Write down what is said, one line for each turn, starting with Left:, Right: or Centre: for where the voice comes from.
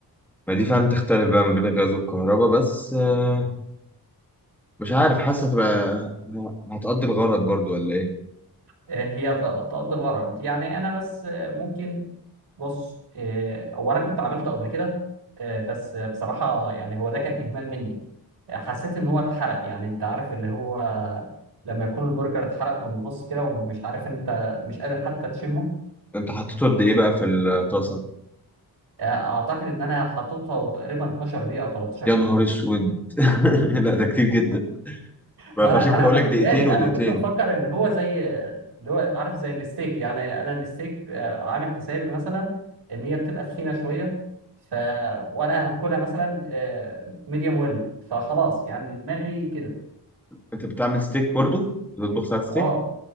Centre: ما دي فعلا تختلف بقى ما بين الغاز والكهرباء بس آه، مش عارف حاسة تبقى هتقضي الغرض برضو ولا ايه
Right: آه، هي تغ- تقضي الغرض يعني انا بس آه، ممكن بص آه، هو انا كنت عملته قبل كده آه، بس آه، بصراحة يعني هو ده كان اهمال مني آه، حسيت ان هو اتحرق يعني انت عارف اللي هو لما يكون البرجر اتحرق من النص كده ومش عارف انت مش قادر حتى تشمه
Centre: انت حطيته قد ايه بقى في الطاسة
Right: آه، اعتقد ان انا حطيته تقريبا 12 دقيقة او 13
Centre: يا نهار
Right: دقيقة
Centre: اسود <laughs> لا ده كتير جدا ما
Right: ما
Centre: فعشان
Right: انا
Centre: كده
Right: انا
Centre: بقول
Right: ما خدتش
Centre: لك دقيقتين
Right: بالي
Centre: ودقيقتين
Right: انا كنت مفكر ان هو زي اللي هو عارف زي الستيك يعني انا الستيك آه، عامل حسابي مثلا ان هي بتبقى تخينه شويه ف وانا هاكلها مثلا ميديوم ويل فخلاص يعني دماغي كده
Centre: انت بتعمل ستيك برضو بتطبخ ساعة ستيك
Right: اه